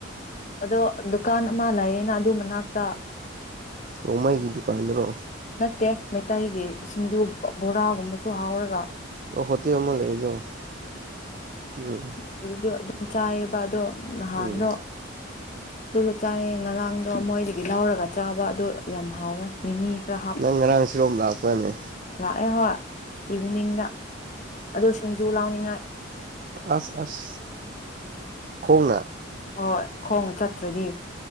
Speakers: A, on the left; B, on the right.
A: ꯑꯗꯣ ꯗꯨꯀꯥꯟ ꯑꯃ ꯂꯩꯌꯦꯅ ꯑꯗꯨ ꯃꯅꯥꯛꯇ
B: ꯔꯣꯡꯃꯩꯒꯤ ꯗꯨꯀꯥꯟꯗꯔꯣ
A: ꯇꯦ ꯃꯩꯇꯩꯒꯤ ꯁꯤꯡꯖꯨ ꯕꯣꯔꯥꯒꯨꯝꯕꯁꯨ ꯍꯥꯎꯔꯒ
B: ꯑꯣ ꯍꯣꯇꯦꯜ ꯑꯃ ꯂꯩꯕꯗꯣ ꯎꯝ
A: ꯃꯣꯏꯒꯤꯗꯣ ꯑꯗꯨꯝ ꯆꯥꯏꯌꯦꯕ ꯑꯗꯣ ꯅꯍꯥꯟꯗꯣ
B: ꯎꯝ
A: ꯑꯗꯨꯗ ꯆꯥꯏꯌꯦ ꯉꯔꯥꯡꯗꯣ ꯃꯣꯏꯗꯒꯤ ꯂꯧꯔꯒ ꯆꯥꯕ ꯑꯗꯨ ꯌꯥꯝ ꯍꯥꯎꯋꯦ ꯃꯤꯃꯤ ꯈꯔ
B: ꯅꯪ ꯉꯔꯥꯡ ꯁꯤꯔꯣꯝ ꯂꯥꯛꯄ꯭ꯔꯅꯦ
A: ꯑꯩ ꯍꯣꯏ ꯏꯚꯤꯅꯤꯡꯗ ꯑꯗꯨ ꯁꯤꯡꯖꯨ ꯂꯥꯎꯅꯤꯡꯉꯥꯏ
B: ꯑꯁ ꯑꯁ ꯈꯣꯡꯅ
A: ꯍꯣꯏ ꯈꯣꯡꯅ ꯆꯠꯇ꯭ꯔꯗꯤ